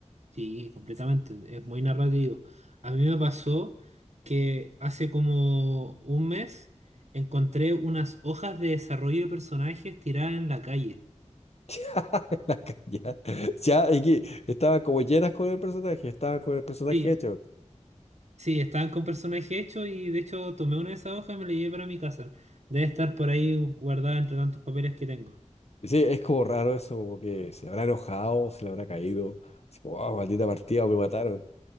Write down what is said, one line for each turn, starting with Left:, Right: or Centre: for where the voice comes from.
Right: sí, completamente. Es muy narrativo. A mí me pasó que hace como un mes encontré unas hojas de desarrollo de personajes tiradas en la calle.
Left: <laughs> La ca- Ya, y que estaba como llenas con el personaje, estaba con el personaje
Right: Sí,
Left: hecho.
Right: sí, estaban con personaje hecho y de hecho tomé una de esas hojas y me la llevé para mi casa. Debe estar por ahí guardada entre tantos papeles que tengo.
Left: Sí, es como raro eso, como que se habrá enojado, se le habrá caído. Así como, "Ah, maldita partida, me mataron.